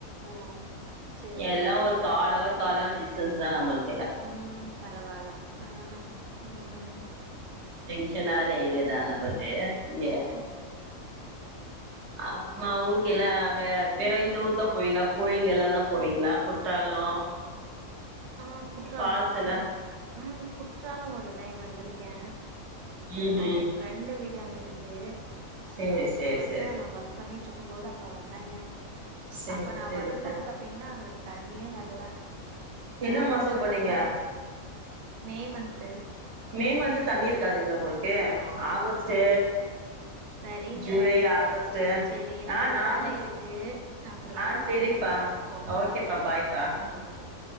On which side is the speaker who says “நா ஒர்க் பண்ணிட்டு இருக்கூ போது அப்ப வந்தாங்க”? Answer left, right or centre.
Right